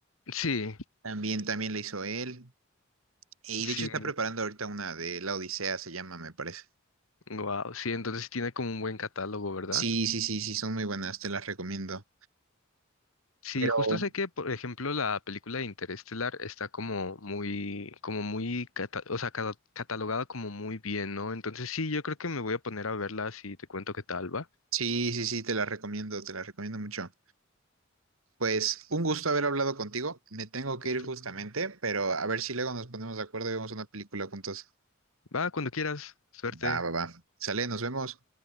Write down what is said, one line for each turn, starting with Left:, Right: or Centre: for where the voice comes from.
Left: sí,
Right: también, también la hizo él. Y
Left: sí.
Right: de hecho está preparando ahorita una de La Odisea, se llama, me parece.
Left: Wow, sí, entonces sí tiene como un buen catálogo, ¿verdad?
Right: Sí, sí, sí, sí, son muy buenas, te las recomiendo.
Left: Sí,
Right: Pero
Left: justo sé que, por ejemplo, la película de Interestelar está como muy, como muy, cata- o sea, cata- catalogada como muy bien, ¿no? Entonces sí, yo creo que me voy a poner a verla si te cuento qué tal, ¿va?
Right: sí, sí, sí, te las recomiendo, te las recomiendo mucho. Pues un gusto haber hablado contigo. Me tengo que
Left: Listo.
Right: ir justamente, pero a ver si luego nos ponemos de acuerdo y vemos una película juntos.
Left: Va, cuando quieras. Suerte.
Right: Va, va, va. Sale, nos vemos.